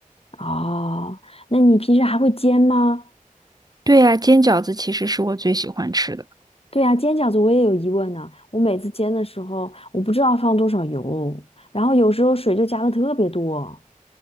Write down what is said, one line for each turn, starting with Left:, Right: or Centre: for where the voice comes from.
Left: 哦，那你平时还会煎吗？
Right: 对呀，煎饺子其实是我最喜欢吃的。
Left: 对呀，煎饺子我也有疑问呢。我每次煎的时候，我不知道放多少油，然后有时候水就加的特别多。